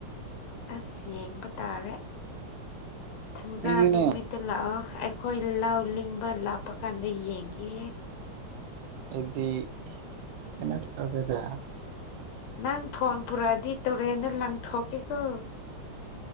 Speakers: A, on the left; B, on the right.
A: ꯑꯁ ꯌꯦꯡꯕ ꯇꯥꯔꯦ ꯊꯪꯖꯥ
B: ꯑꯩꯗꯤꯅꯦ
A: ꯅꯨꯃꯤꯠꯇ ꯂꯥꯛꯑꯣ ꯑꯩꯈꯣꯏ ꯂꯧ ꯂꯤꯡꯕ ꯂꯥꯛꯄ ꯀꯥꯟꯗ ꯌꯦꯡꯒꯦ
B: ꯑꯩꯗꯤ ꯀꯩꯅꯣ ꯇꯧꯗꯦꯗ
A: ꯅꯪ ꯐꯣꯟ ꯄꯨꯔꯛꯑꯗꯤ ꯇꯨꯔꯦꯟꯗ ꯂꯪꯊꯣꯛꯀꯦꯀꯣ